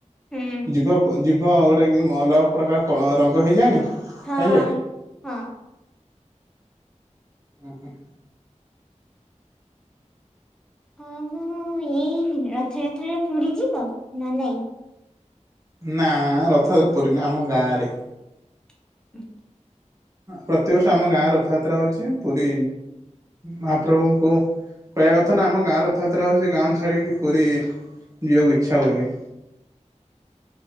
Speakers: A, in the centre; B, on the right.
A: ହୁଁ।
B: ଯିବା ଯିବ ହଁ ଗୋଟେ ଅଲଗା ପ୍ରକାର କ ରଙ୍ଗ ହେଇଯାଏନି?
A: ହଁ
B: ଖାଇଲେ?
A: ହଁ
B: ଉଁ ହୁଁ।
A: ହଁ ମୁଁ ଏଇ ରଥଯାତ୍ରାରେ ପୁରୀ ଯିବ ନା ନାଇଁ?
B: ନା ରଥରେ ପୁରୀ ନୁହଁ ଆମ ଗାଁରେ।
A: <unintelligible>
B: ପ୍ରତିବର୍ଷ ଆମ ଗାଁ ରଥଯାତ୍ରା ହଉଛି ପୁରୀ ମହାପ୍ରଭୁଙ୍କୁ କହିବା କଥା ନା ଆମ ଗାଁ ରଥଯାତ୍ରା ହଉଛି ଗାଁ ଛାଡିକି ପୁରୀ ଯିବାକୁ ଇଚ୍ଛା ହଉନି।